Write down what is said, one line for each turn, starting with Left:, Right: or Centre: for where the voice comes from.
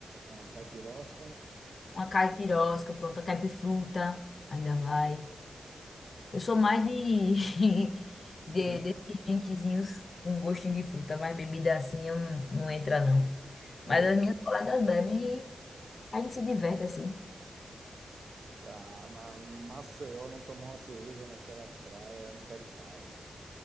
Right: uma caipirosca.
Left: Uma caipirosca, pronto, a caipifruta. Ainda vai. Eu sou mais de, <laughs>
Right: De
Left: de
Right: quem
Left: desses drinkzinhos com gostinho de fruta, mas bebida assim eu não, não entra não.
Right: você-
Left: Mas as minhas colegas bebem e a gente se diverte assim.
Right: tá? Ah, na Maceió não tomar uma cerveja naquela praia é um pecado.